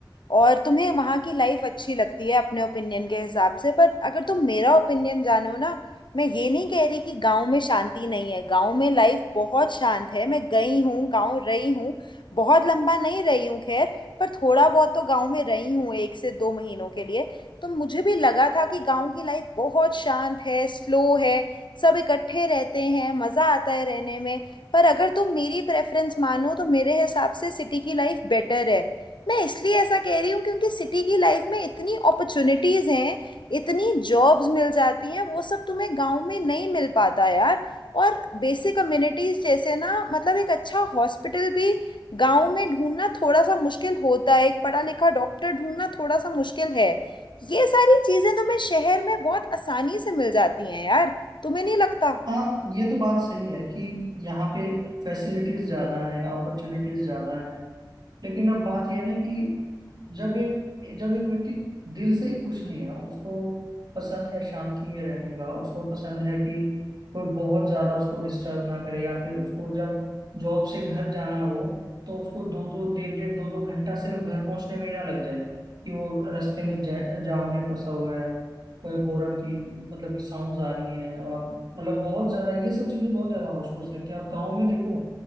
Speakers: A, on the left (about 85°); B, on the right (about 60°).
A: और तुम्हें वहाँ की लाइफ अच्छी लगती है अपने ओपिनियन के हिसाब से पर अगर तुम मेरा ओपिनियन जानो ना मैं ये नहीं कह रही कि गांव में शांति नहीं है गांव में लाइफ बहुत शांत है मैं गई हूँ गांव रही हूँ बहुत लंबा नहीं रही हूँ खैर पर थोड़ा बहुत तो गांव में रही हूँ एक से दो महीनों के लिए तो मुझे भी लगा था कि गांव की लाइफ बहुत शांत है स्लो है सब इकट्ठे रहते हैं मज़ा आता है रहने में पर अगर तुम मेरी प्रेफरेंस मानो तो मेरे हिसाब से सिटी की लाइफ बेटर है मैं इसलिए ऐसा कह रही हूँ क्योंकि सिटी की लाइफ में इतनी अपॉर्चुनिटीज़ हैं इतनी जॉब्स मिल जाती हैं वो सब तुम्हें गांव में नहीं मिल पाता यार और बेसिक अम्यूनिटीज़ जैसे ना मतलब एक अच्छा हॉस्पिटल भी गांव में ढूंढना थोड़ा सा मुश्किल होता है एक पढ़ा लिखा डॉक्टर ढूंढना थोड़ा सा मुश्किल है ये सारी चीज़ें तुम्हें शहर में बहुत आसानी से मिल जाती हैं यार तुम्हें नहीं लगता
B: हाँ ये तो बात सही है कि यहाँ पे फैसिलिटीज ज्यादा हैं अपॉर्चुनिटीज ज्यादा हैं लेकिन अब बात यह है ना कि जब एक जब एक व्यक्ति दिल से ही खुश नहीं है उसको पसंद है शांति में रहने का उसको पसंद है कि कोई बहुत ज्यादा उसको डिस्टर्ब ना करे या फिर उसको जब जॉब से घर जाना हो तो उसको दो दो डेढ़ डेढ़ दो दो घंटा सिर्फ घर पहुंचने में ही ना लग जाए कि वो रास्ते में जा, जाम में फंसा हुआ है कोई गोरन की मतलब की साउंड आ रही है और मतलब बहुत ज्यादा ये सब चीजें बहुत ज्यादा होश पोश रखी है और गाँव में देखो